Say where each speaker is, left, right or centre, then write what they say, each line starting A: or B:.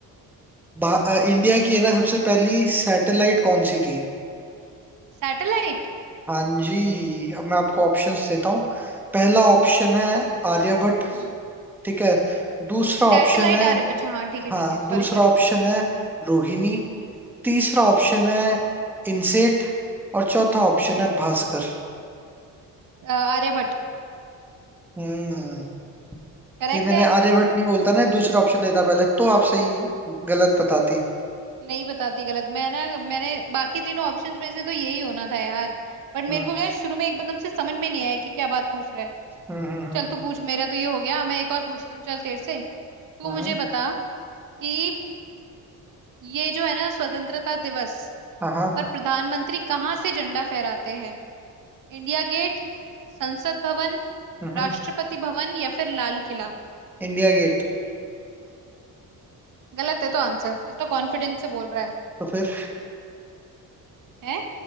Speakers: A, in the centre; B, on the right (about 60°).
A: भा- अ, इंडिया की है ना सबसे पहली सैटेलाइट
B: हम्म
A: कौन सी थी
B: सैटेलाइट
A: हाँ जी अब मैं आपको ऑप्शंस देता हूँ पहला ऑप्शन है आर्यभट्ट
B: हम्म
A: ठीक है दूसरा
B: सैटेलाइट
A: ऑप्शन है
B: आर्य अच्छा हाँ ठीक है ठीक
A: हाँ
B: है
A: दूसरा
B: सॉरी सॉरी
A: ऑप्शन है रोहिणी तीसरा
B: हम्म
A: ऑप्शन है इनसेट और चौथा ऑप्शन
B: हम्म
A: है भास्कर
B: अ, आर्यभट्ट
A: हम्म
B: करेक्ट
A: ये मैंने
B: है
A: आर्यभट्ट नहीं बोलता ना दूसरा ऑप्शन लेता पहले तो आप सही गलत बताती
B: नहीं बताती गलत मैं ना मैंने बाकी तीनों ऑप्शंस में से तो यही होना था यार बट
A: हाँ
B: मेरे को क्या शुरू में एकदम से समझ में नहीं आया कि क्या बात पूछ रहा है
A: हम्म हम्म हम्म
B: चल तू पूछ मेरा तो ये हो गया मैं एक और पूछती हूँ चल तेरे से तू
A: हम्म,
B: मुझे
A: हम्म,
B: बता कि ये जो है ना स्वतंत्रता दिवस
A: हाँ हाँ
B: पर प्रधानमंत्री कहाँ से झंडा फहराते हैं इंडिया गेट संसद भवन
A: हम्म हम्म,
B: राष्ट्रपति भवन या फिर लाल किला
A: India Gate
B: गलत है तो आंसर कितना कॉन्फिडेंस से बोल रहा है
A: तो फिर
B: हैं